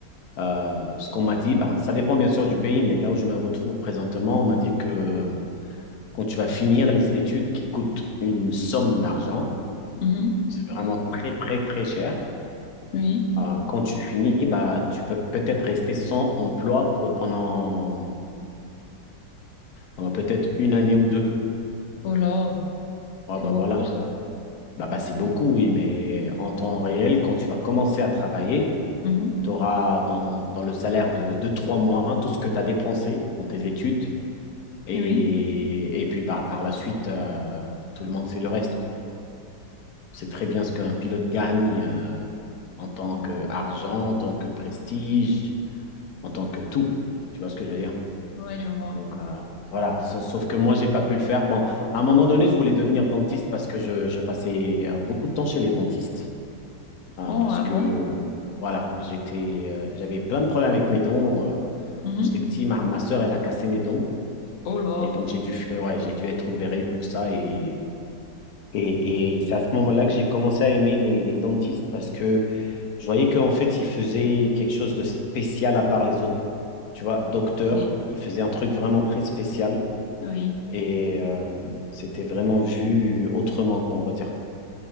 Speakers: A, on the left; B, on the left.
A: Euh, ce qu'on m'a dit, bah, ça dépend bien sûr du pays, mais là où je me retrouve présentement, on m'a dit que quand tu vas finir les études qui coûtent une somme d'argent,
B: Mhm,
A: c'est vraiment très, très, très cher.
B: Oui.
A: Euh, quand tu finis, bah, tu peux peut-être rester sans emploi pour pendant, pendant peut-être une année ou deux.
B: Oh là,
A: Ah
B: c'est
A: bah
B: beaucoup
A: voilà.
B: ça.
A: Bah, bah, c'est beaucoup, oui, mais en temps réel, quand tu vas commencer à travailler,
B: Mhm,
A: tu auras dans, dans le salaire de, de trois mois tout ce que tu as dépensé dans tes études. Et,
B: Oui.
A: et puis bah, par la suite, euh, tout le monde sait le reste, quoi. On sait très bien ce qu'un pilote gagne euh, en tant
B: Mhm.
A: qu'argent, en tant que prestige, en tant que tout. Tu vois ce que je veux dire?
B: Ouais, je vois.
A: Donc euh, voilà, sauf que moi, j'ai pas pu le faire. Bon, à un moment donné, je voulais devenir dentiste parce que je, je passais euh, beaucoup de temps chez les dentistes, euh,
B: Oh,
A: parce
B: ah
A: que
B: bon?
A: voilà, j'étais, euh, j'avais plein de problèmes avec mes dents. euh,
B: Mhm.
A: quand j'étais petit, ma, ma sœur, elle a cassé mes dents.
B: Oh là.
A: Et donc, j'ai dû, faire- ouais, j'ai dû être opéré pour ça. Et, et, et c'est à ce moment-là que j'ai commencé à aimer les, les dentistes parce que je voyais qu'en fait, ils faisaient quelque chose de spécial à part les autres tu vois, docteur.
B: Oui,
A: Il faisait un truc vraiment très spécial
B: oui.
A: et euh, c'était vraiment vu autrement, quoi, on va dire.